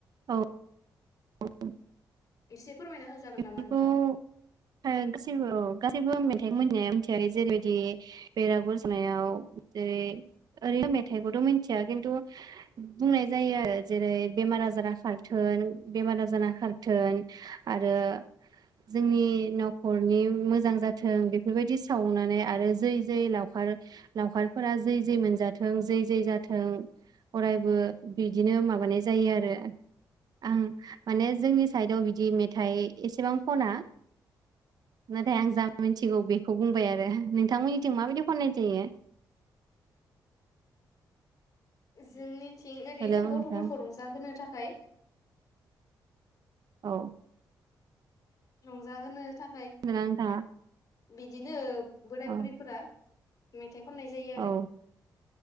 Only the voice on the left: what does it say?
एसे फोरमायना होजागोन
नामा नोंथां?
जोंनि थिं ओरैनो
गथफोरखौ
रंजाहोनो थाखाय
रंजाहोनो थाखा
बिदिनो बोराय
बुरिफोरा मे थाइ खननाय जायो
आरो